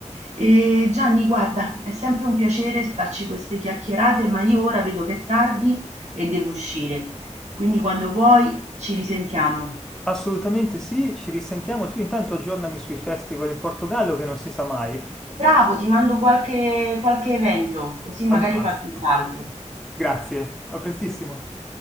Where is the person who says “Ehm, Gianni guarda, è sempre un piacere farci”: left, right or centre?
Right